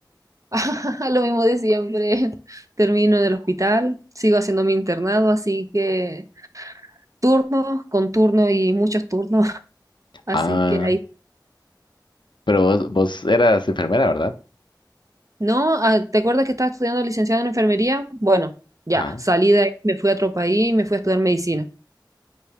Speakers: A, on the right (about 45°); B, on the left (about 80°).
A: <laughs> Lo mismo de siempre. Termino del hospital, sigo haciendo mi internado, así que turnos con turno y muchos turnos, <laughs> así
B: Ah,
A: que ahí.
B: pero vos, vos eras enfermera, ¿verdad?
A: No, ah, ¿te acuerdas que estaba estudiando licenciado en enfermería? Bueno, ya,
B: Ajá.
A: salí de ahí, me fui a otro país y me fui a estudiar medicina.